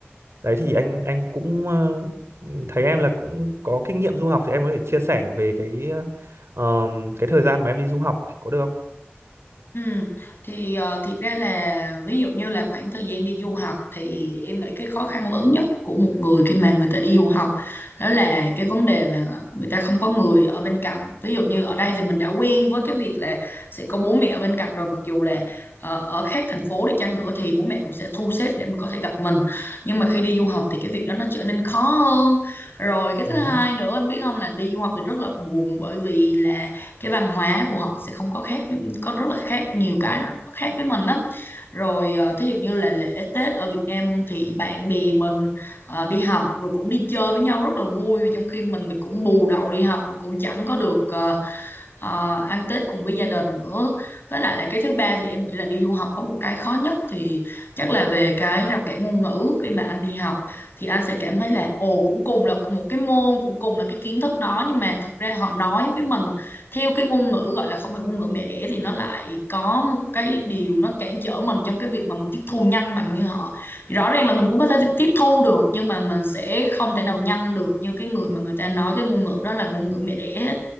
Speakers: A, on the right (about 85°); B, on the left (about 55°).
A: đấy thì anh anh cũng ờ, thấy em là cũng có kinh nghiệm du học thì em có thể chia sẻ về cái ờ, ờm, cái thời gian mà em đi du học có được không
B: Ừ, thì uh, thiệt ra là ví dụ như là khoảng thời gian đi du học thì em nghĩ cái khó khăn lớn nhất của một người khi mà người ta đi du học đó là cái vấn đề mà người ta không có người ở bên cạnh ví dụ như ở đây thì mình đã quen với cái việc là sẽ có bố mẹ ở bên cạnh rồi mặc dù là ờ, ở khác thành phố đi chăng nữa thì bố mẹ cũng sẽ thu xếp để mà có thể gặp mình nhưng mà khi đi du học thì cái việc đó nó trở nên khó hơn rồi cái
A: ừ
B: thứ hai nữa anh biết không là đi du học thì rất là buồn bởi vì là cái văn hóa của họ sẽ không có khác có rất là khác nhiều cái nó khác với mình lắm rồi ờ, thí dụ như là lễ Tết ở Việt Nam thì bạn bè mình ờ, đi học rồi cũng đi chơi với nhau rất là vui trong khi mình thì cũng bù đầu đi học cũng chẳng có được ờ, ờ, ăn Tết cùng với gia đình nữa với lại là cái thứ ba thì em nghĩ là đi du học có một cái khó nhất thì chắc là về cái rào cản ngôn ngữ khi mà anh đi học thì anh sẽ cảm thấy là ồ cũng cùng là một cái môn cũng cùng là cái kiến thức đó nhưng mà thực ra họ nói với mình theo cái ngôn ngữ gọi là không phải ngôn ngữ mẹ đẻ thì nó lại có một cái điều nó cản trở mình trong cái việc mà mình tiếp thu nhanh bằng như họ thì rõ ràng là mình cũng có thể tiếp thu được nhưng mà mình sẽ không thể nào nhanh được như cái người mà người ta nói cái ngôn ngữ đó là ngôn ngữ mẹ đẻ hết